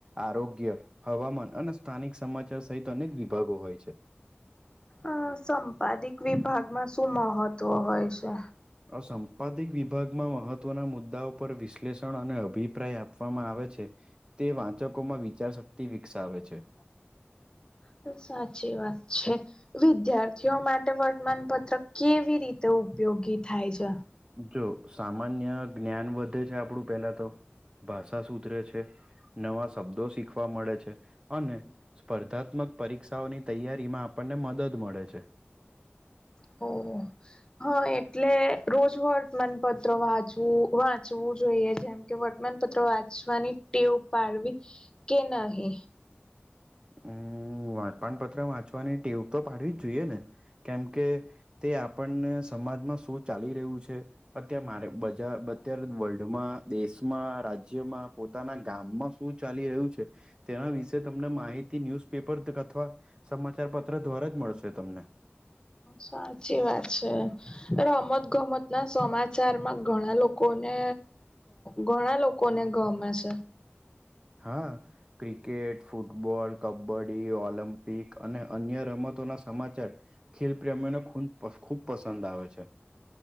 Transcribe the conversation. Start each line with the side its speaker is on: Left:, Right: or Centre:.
Right: આરોગ્ય હવામાન અને સ્થાનિક સમાચાર સહિત અનેક વિભાગો હોય છે.
Left: અહ સંપાદિક વિભાગમાં શું મહત્વ હોય છે?
Right: અહ સંંપાદિક વિભાગમાં મહત્વના મુદ્દાઓ પર વિશ્લેષણ અને અભિપ્રાય આપવામાં આવે છે. તે વાંચકોમાં વિચારશક્તિ વિકસાવે છે.
Left: તો સાચી વાત છે વિદ્યાર્થીઓ મા ટે વર્તમાનપત્ર કેવી રીતે ઉપયોગી થાય છે?
Right: જો સામાન્ય જ્ઞાન વધે છે આપણું પેલા તો ભાષા સુધરે છે. નવા શબ્દો શીખવા મળે છે અને સ્પર્ધાત્મક પરીક્ષાઓની તૈયારીમાં આપણને મદદ મળે છે.
Left: ઓ હ એટલે રોજ વર્તમાનપત્ર વાંચવું વાંચવું જોઈએ જેમ કે વર્તમાનપત્ર વાંચવાની ટેવ પાડવી કે નહી?
Right: ઉમ્મ વર્તમાનપત્ર વાંચવાની ટેવ તો પાડવી જ જોઈએ ને કેમકે તે આપણને સમાજમાં શું ચાલી રહ્યું છે. અત્યારે મારે વર્લ્ડમાં દેશમાં રાજ્યમાં પોતાના ગામમાં શું શું ચાલી રહ્યું છે, તેના વિશે તમને માહિતી તે ન્યુઝપેપર અથવા સમાચાર પત્ર દ્વારા જ મળશે તમને.
Left: સાચી વાત છે. રમત ગમત સમાચારમાં ઘણા લોકોને ઘણા લોકોને ગમે છે.
Right: હા. ક્રિકેટ ફૂટબોલ કબડ્ડી ઓલમ્પિક અને અન્ય રમતોના સમાચાર. ખેલ પ્રેમીઓને ખૂબ પસંદ આવે છે.